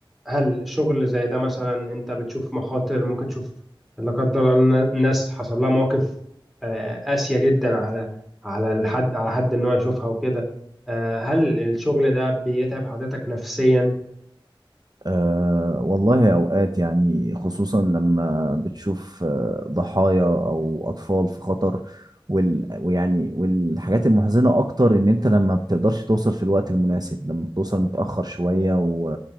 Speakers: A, in the centre; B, on the right.
A: هل شغل زي ده مثلا انت بتشوف مخاطر ممكن تشوف لا قدر الله ناس حصل لها مواقف آه، قاسية جدا على على الحد على حد ان هو يشوفها وكده آه، هل الشغل ده بيتعب حضرتك نفسيا
B: أه والله أوقات يعني خصوصا لما بتشوف آه، ضحايا أو أطفال في خطر وال ويعني والحاجات المحزنة أكتر إن أنت لما بتقدرش توصل في الوقت المناسب لما بتوصل متأخر شوية و